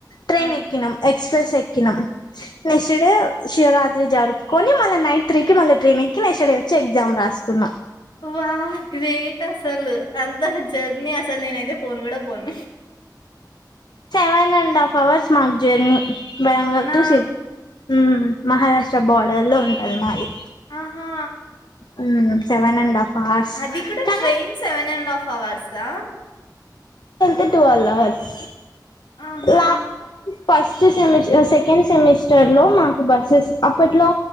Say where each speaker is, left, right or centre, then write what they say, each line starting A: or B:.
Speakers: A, on the left; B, on the left.
A: ట్రెయిన్
B: ఆ
A: ఎక్కినాం ఎక్స్ప్రెస్ ఎక్కినాం నెక్స్ట్‌ డే శివరా త్రీ జరుపుకుని మళ్ళ నైట్ త్రీకి మళ్ళ ట్రైనెక్కి నెక్ట్స్ డే వచ్చి ఎగ్జామ్ రాసుకున్నాం
B: వా గ్రేట్ అసలు అంత జర్నీ అసలు నేనయితే పోన్ కూడా పోన్
A: సెవెన్ అండ్ హాఫ్ అవర్స్ మాక్ జర్నీ బ్యాంగర్
B: అవునా?
A: టూ సి హ్మ్ మహారాష్ట్ర బార్డర్లో ఉంటాది మాది
B: ఆహా
A: ఊమ్ సెవెన్ అండ్ హాఫ్ అవర్స్
B: అది కూడా
A: కానీ
B: ట్రైన్ సెవెన్ అండ్ హాఫ్ అవర్సా
A: కెళ్తే టువల్ అవర్స్
B: ఆహా
A: లాస్ట్ ఫస్ట్ సెమిస్ ఉ సెకండ్ సెమిస్టర్లో మాకు బస్సెస్ అప్పట్లో